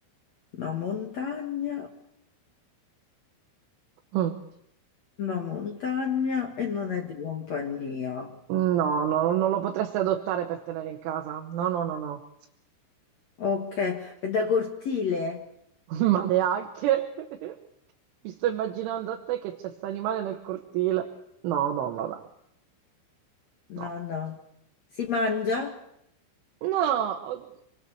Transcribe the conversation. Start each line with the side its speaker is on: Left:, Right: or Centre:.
Left: No montagna,
Right: No,
Left: no montagna e non è di compagnia.
Right: no, no, non lo potresti adottare per tenere in casa. No, no, no, no.
Left: Ok, è da cortile?
Right: ma neanche. <laughs> Mi sto immaginando a te che c'è sta animale nel cortile. No, no, vabbè. No.
Left: No, no. Si mangia?
Right: No, o-